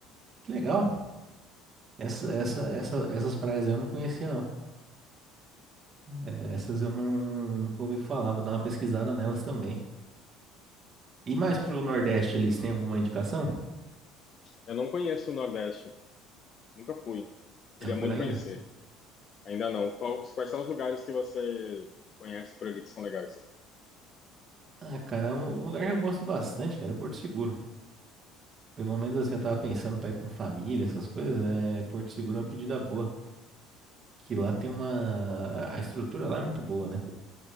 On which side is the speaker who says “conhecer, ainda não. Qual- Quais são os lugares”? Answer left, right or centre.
Left